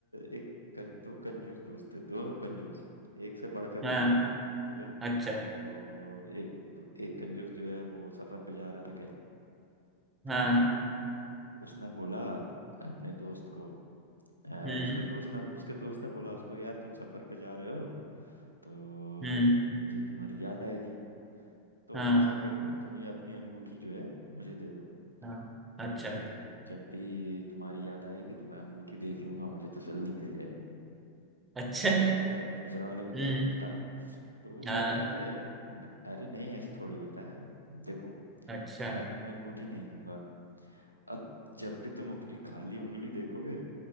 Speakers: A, on the right; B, on the right.
A: एक कं, दो कंजूस दोस्त थे दोनों कंजूस एक से बढ़कर
B: हाँ
A: एक ठीक है
B: अच्छा
A: तो एक दू- एक कंजूस जो है वो सफर पे जा रहा था कहीं तो
B: हाँ
A: उसने बोला अपने दोस्त को अ,
B: हम्म
A: उसके दोस्त ने उसके दोस्त ने बोला उसको यार तुम सफर पे जा रहे हो तो
B: हम्म
A: मुझे तुम्हारी याद आएगी तो
B: हाँ
A: ऐसा करो तुम ये अपनी अंगूठी जो है मुझे दे दो
B: हाँ
A: तो
B: अच्छा
A: जब जब भी तुम्हारी याद आएगी तो मैं अंगूठी देख लूंगा मुझे तसल्ली मिल जाएगी
B: अच्छा
A: तो अब दूसरा वाला भी
B: हम्म
A: कंजूस था तो वो
B: हाँ
A: कह रहा है कि अरे नहीं ऐसा थोड़ी होता है देखो
B: अच्छा
A: मैं तुम्हें अंगूठी नहीं दूंगा अब जब भी तुम अपनी खाली उंगली देखोगे